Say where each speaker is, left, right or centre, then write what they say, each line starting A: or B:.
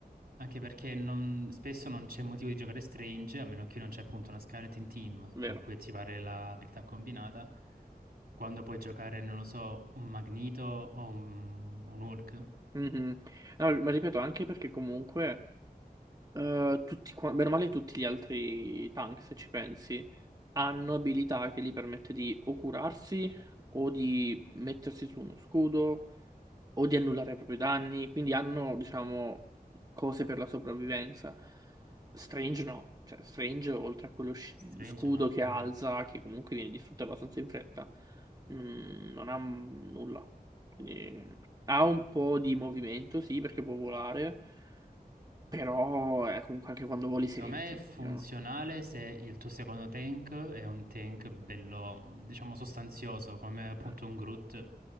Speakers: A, on the right; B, on the right.
A: Anche perché non- spesso non c'è motivo di giocare Strange, a meno che non c'è appunto una Skeleton Team
B: Vero.
A: con cui attivare l'abilità combinata, quando puoi giocare, non lo so, un Magneto o un, un Hulk.
B: Mhm. No, ma ripeto, anche perché comunque... eh, tutti, qua- bene o male tutti gli altri tank, se ci pensi, hanno abilità che gli permette di o curarsi o di mettersi su uno scudo o di annullare proprio i propri danni, quindi hanno, diciamo, cose per la sopravvivenza. Strange no, cioè Strange oltre a quello sci-
A: Strange
B: scudo
A: no.
B: che
A: mhm.
B: alza, che comunque viene distrutto abbastanza in fretta, mm, non ha m- nulla. Quindi, ha un po' di movimento, sì, perché può volare, però eh, comunque anche quando voli sei
A: Secondo
B: lentissimo.
A: me è funzionale se il tuo secondo tank è un tank bello, diciamo, sostanzioso, come appunto
B: Eh,
A: un Groot